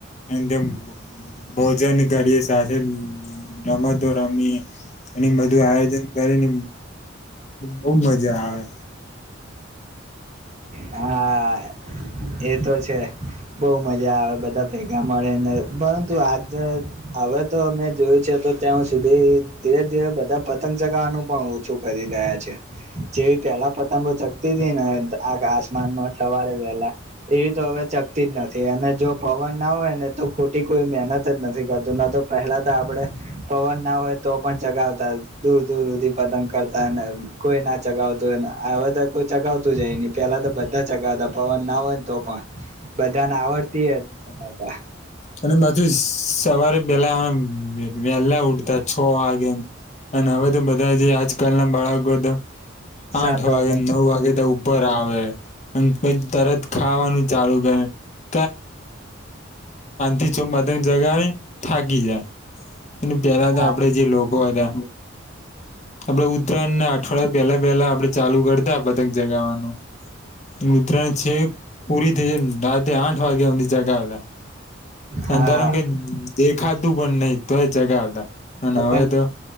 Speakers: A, on the left; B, on the right.
A: અને તેમ ભોજન કરીએ સાથે રમતો રમીએ એ બધું આયોજન કરીને બહ મજા આવે
B: હા એ તો છે બહુ મજા આવે બધા ભેગા મળેને પરંતુ આજ હવે તો મેં જોયું છે તો ત્યાં સુધી ધીરે ધીરે બધા પતંગ ચગાવવાનું પણ ઓછું કરી રહ્યા છે જેવી પેલા પતંગો આ મનમાં સવારે વહેલા એવી તો હવે ચગતી જ નથી અને જો પવન ના હોય ને તો ખોટી કોઈ મહેનત જ નથી કરતું ન તો પહેલા તો આપણે પવન ના હોય તો પણ ચગાવતા દૂર દૂર સુધી પતંગ કરતા કોઈ ના ચગાવતું હોયને હવે તો કો ચગાવતું જાય નહ પેલા તો બધા ચગાવતા પવન ના હોય ને તો પણ બધાને આવડતી હતી તમા
A: અને પાછું સવારે પેલા આમ વેલા ઉઠતા છ વાગેને અને હવે તો બધા જે આજકાલના બાળકો તો
B: સાતા
A: આઠ વાગેને
B: પણ
A: નવ વાગે તે ઉભ ઉપર આવે અને પછ તરત ખાવાનું ચાલુ થાય થી છ પતંગ જગાવી થાકી જાય. અને પેલા તો
B: હા
A: આપડે જે લોકો હતા. આપણે ઉત્તરાયણના અઠવાડિયા પેલા પેલા આપણે ચાલુ કરતા પતંગ ચગાવાનું ઉતરાયણ છે પૂરી થઈ જાય <inaudible> તે આઠ વાગ્યા હુધી ચગાવ્યા.
B: હા
A: અંધારામાં કાંઈ દેખાતું પણ નહી તોય ચગાવતા. અને
B: પતંગ
A: હવે તો